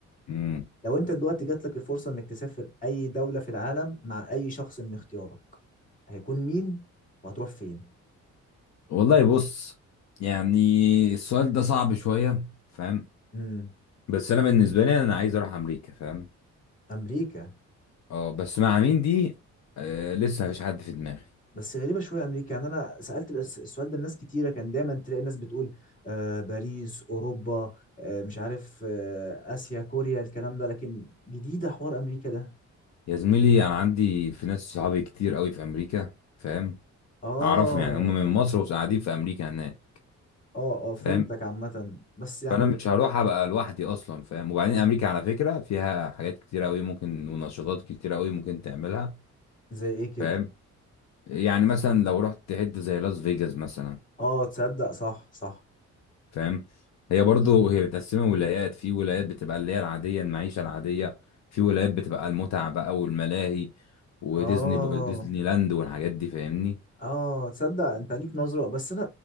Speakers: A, on the left; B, on the left.
A: امم
B: لو انت دلوقتي جات لك الفرصة انك تسافر اي دولة في العالم مع اي شخص من اختيارك هيكون مين وهتروح فين
A: والله بص يعني السؤال ده صعب شوية فاهم
B: امم
A: بس انا بالنسبة لي انا عايز اروح امريكا فاهم
B: امريكا
A: اه بس مع مين دي آه لسه مفيش حد في دماغي
B: بس غريبه شويه امريكا يعني انا سالت الس- السؤال ده لناس كتيره كان دايما تلاقي الناس بتقول آه باريس اوروبا آه مش عارف آه اسيا كوريا الكلام ده لكن جديده حوار امريكا ده
A: يا زميلي انا عندي في ناس صحابي كتير قوي في امريكا فاهم
B: اه
A: اعرفهم يعني هم من مصر وقاعدين في امريكا هناك
B: اه اه
A: فاهم
B: فهمتك عامه بس يعني
A: فانا مش هروح ابقى لوحدي اصلا فاهم وبعدين امريكا على فكره فيها حاجات كتيره قوي ممكن ونشاطات كتيره قوي ممكن تعملها
B: زي ايه كده
A: فاهم يعني مثلا لو رحت تحد زي لاس فيجاس مثلا
B: اه تصدق صح صح
A: فاهم هي برضو هي متقسمه ولايات في ولايات بتبقى اللي هي العاديه المعيشه العاديه في ولايات بتبقى المتعه بقى والملاهي وديزني
B: اه
A: ديزني لاند والحاجات دي فاهمني
B: اه تصدق انت ليك نظره بس انا